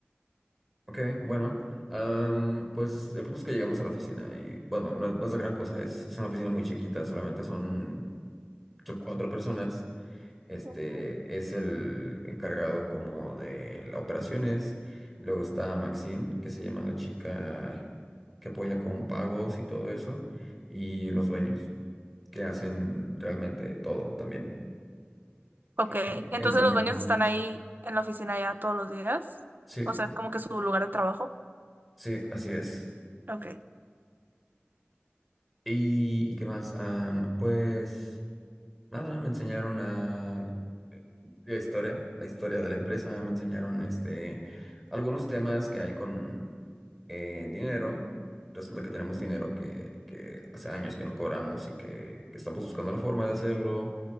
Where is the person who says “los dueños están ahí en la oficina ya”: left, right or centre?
Right